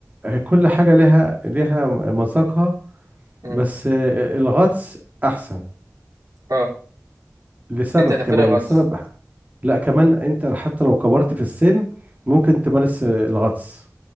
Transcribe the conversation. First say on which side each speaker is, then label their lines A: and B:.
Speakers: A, on the right; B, on the right.
A: كل حاجة لها لها مذاقها
B: امم
A: بس الغطس أحسن
B: اه
A: لسبب
B: انت هتختار
A: كمان
B: الغطس
A: لسبب لا كمان أنت حتى لو كبرت في السن ممكن تمارس الغطس